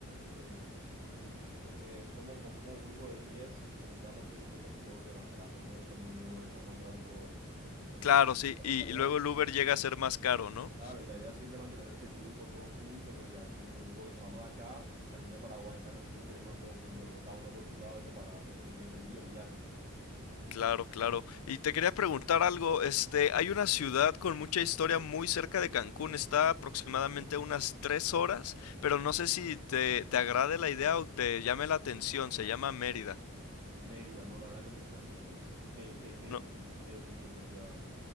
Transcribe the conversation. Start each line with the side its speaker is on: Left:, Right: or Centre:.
Right: sí. Porque somos como somos un grupo de diez necesitamos sí o sí un transporte más grande que es cuando un Uber, nos vamos a entrar todo. Entonces,
Left: Claro, sí, y,
Right: la idea
Left: y luego
Right: es
Left: el Uber llega a ser más caro, ¿no?
Right: Claro, y la idea es siempre es mantenerse en grupo, todos juntos, porque ya somos un grupo que nos vamos de acá, saliendo de Paraguay hasta Cancún, queremos ir todos juntos, no cada uno por su lado y separado, entonces no tiene sentido el viaje.
Left: Claro, claro. Y te quería preguntar algo, este, hay una ciudad con mucha historia muy cerca de Cancún, está aproximadamente a unas tres horas, pero no sé si te, te agrade la idea o te llame la atención, se llama Mérida.
Right: Mérida, no, la verdad que nunca escuché. ¿Qué, qué, qué,
Left: No,
Right: qué, qué tiene esa ciudad?